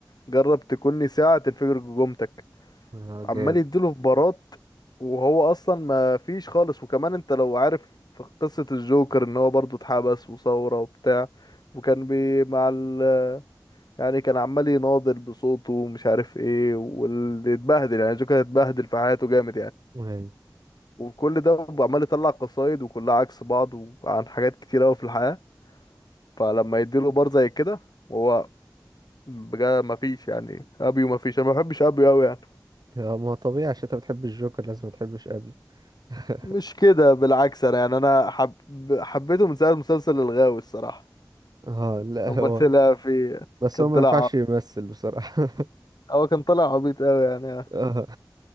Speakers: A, on the left; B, on the right.
A: جرب تكوني ساعة تنفجر جمتك
B: آه
A: عمال
B: جامد
A: يديله في بارات وهو أصلا ما فيش خالص وكمان أنت لو عارف في قصة الجوكر إن هو برضه اتحبس وثورة وبتاع وكان بي مع ال يعني كان عمال يناضل بصوته ومش عارف ايه واللي اتبهدل يعني الجوكر اتبهدل في حياته جامد يعني
B: أيوه
A: وكل ده عمال يطلع قصايد وكلها عكس بعض وعن حاجات كتير قوي في الحياة فلما يديله بار زي كده وهو بجد مفيش يعني ابيو مفيش انا ما بحبش ابيو قوي يعني
B: آه، ما هو طبيعي عشان أنت بتحب الجوكر لازم متحبش أبي <laughs>
A: مش كده بالعكس انا يعني انا حب... حبيته من ساعه مسلسل الغاوي الصراحه
B: اه لا
A: اما
B: هو
A: طلع في
B: بس
A: كان
B: هو ما
A: طلع
B: ينفعش
A: عبيط
B: يمثل بصراحة
A: هو كان طلع عبيط قوي يعني
B: <laughs> اه